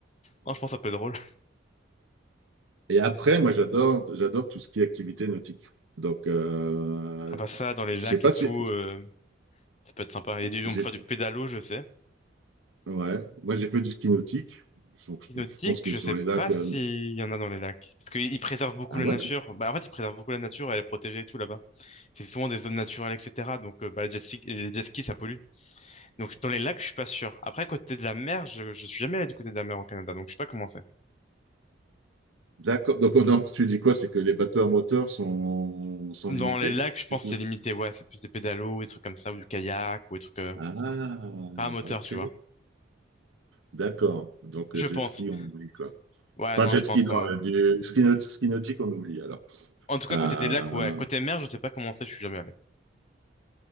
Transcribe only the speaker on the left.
Non, je pense que ça peut être drôle.
Ah bah ça, dans les lacs
et tout,
euh, ça peut être sympa. Il y a du,
on peut faire du pédalo, je sais.
Hypnotique,
je
sais
pas s'il
y en a dans les lacs. Parce qu'ils préservent beaucoup
la
nature. Bah, en fait, ils préservent beaucoup la nature, elle est protégée et tout là-bas. C'est souvent des zones naturelles, etc. Donc, euh, bah, les jet ski, les jet skis, ça pollue. Donc, dans les lacs, je suis pas sûr. Après, côté de la mer, je, je suis jamais allé du côté de la mer au Canada, donc je sais pas comment c'est.
Dans
les lacs, je pense
que c'est limité, ouais. C'est plus des pédalos, des trucs comme ça, ou du kayak, ou des trucs euh,
pas à moteur,
tu vois.
Je
pense.
Ouais,
non,
je
pense.
euh,
En tout cas,
côté des lacs, ouais. Côté mer, je sais pas comment c'est, je suis jamais allé.